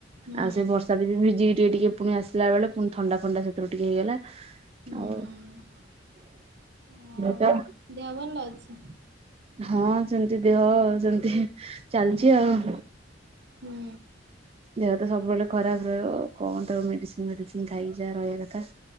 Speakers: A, on the right; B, on the right.
A: ହୁଁ
B: ଆଉ ସେ ବର୍ଷା ରେ ବି ଭିଜିକି ଟିକେ ଟିକେ ପୁଣି ଆସିଲା ବେଳେ ପୁଣି ଥଣ୍ଡା ଫଣ୍ଡା ସେଥିରୁ ଟିକେ ହେଇଗଲା।
A: ହୁଁ
B: ଆଉ
A: ହୁଁ। ଆଉ
B: <unintelligible>
A: ଦେହ ଭଲ ଅଛି?
B: ହଁ ସେମିତି ଦେହ ସେମିତି ଚାଲିଛି ଆଉ।
A: ହୁଁ।
B: ଦେହ ତ ସବୁବେଳେ ଖରାପ ରହିବ କଣ ତ ମେଡିସିନ ଫେଡିସିନ ଖାଇକି ଯା ରହିବା କଥା।